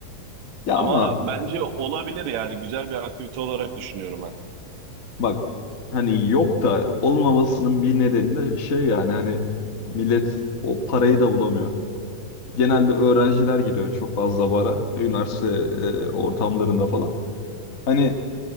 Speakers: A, on the left; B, on the right.
A: Ya
B: Ama
A: ama
B: bence olabilir yani güzel bir aktivite olarak düşünüyorum ben.
A: bak hani yok da olmamasının bir nedeni de şey yani hani millet o parayı da bulamıyor. Genelde öğrenciler gidiyor çok fazla bara. Üniversite e, ortamlarında falan. Hani